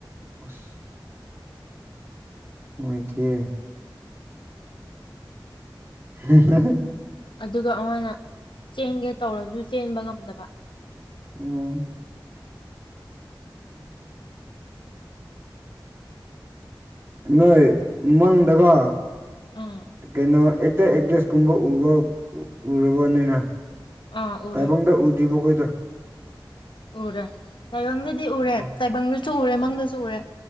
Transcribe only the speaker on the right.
ꯑꯁ ꯃꯣꯏꯗꯤꯦ ꯇꯔ ꯍꯦ
ꯎꯝ ꯅꯣꯏ ꯃꯪꯗꯒ
ꯀꯩꯅꯣ ꯑꯦꯛꯇ ꯑꯦꯛ ꯗꯦꯁ ꯀꯨꯝꯕ ꯎꯕ ꯎꯔꯕꯣꯅꯤꯅ
ꯇꯥꯏꯕꯗ ꯎꯗꯕ ꯀꯣꯏꯗꯣ
ꯎꯝ